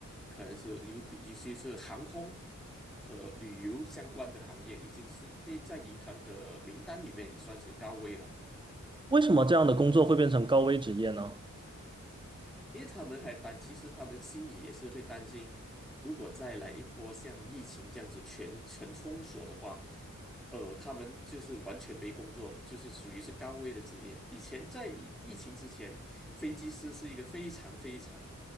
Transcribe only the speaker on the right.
为什么这样的工作会变成高危职业呢？